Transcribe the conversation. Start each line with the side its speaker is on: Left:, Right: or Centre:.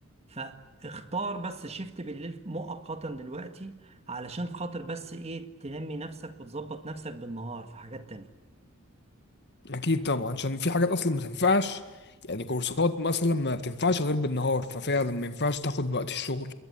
Right: فاختار بس شيفت بالليل مؤقتا دلوقتي علشان خاطر بس ايه تنمي نفسك وتظبط نفسك بالنهار في حاجات تانية
Left: اكيد طبعا عشان في حاجات اصلا ما تنفعش يعني كورسات مثلا ما بتنفعش غير بالنهار ففعلا ما ينفعش تاخد وقت الشغل